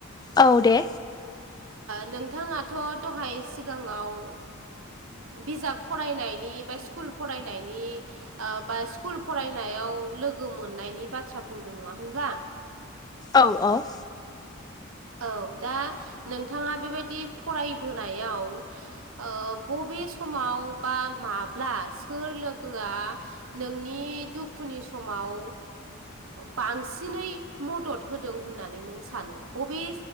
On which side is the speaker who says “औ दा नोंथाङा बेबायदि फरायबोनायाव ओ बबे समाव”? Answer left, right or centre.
Right